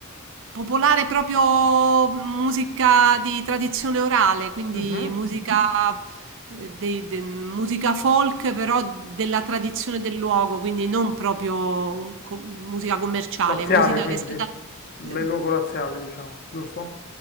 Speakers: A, on the right; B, on the left.
A: Popolare proprio musica di tradizione orale, quindi
B: Mhm.
A: musica, eh, dei- de- musica folk, però della tradizione del luogo, quindi non proprio un co- musica commerciale,
B: Laziale,
A: musica
B: quindi?
A: che è stata
B: Le
A: eh,
B: luogo laziale, diciamo, giusto?